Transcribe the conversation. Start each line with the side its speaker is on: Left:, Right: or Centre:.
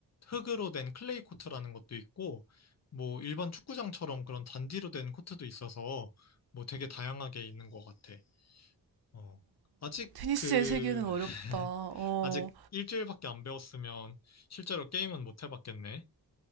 Left: 흙으로 된 클레이 코트라는 것도 있고 뭐 일반 축구장처럼 그런 잔디로 된 코트도 있어서 뭐 되게 다양하게 있는 것 같아. 어. 아직
Right: 테니스의
Left: 그,
Right: 세계는 어렵다.
Left: <laughs>
Right: 어,
Left: 아직 일주일밖에 안 배웠으면 실제로 게임은 못 해봤겠네.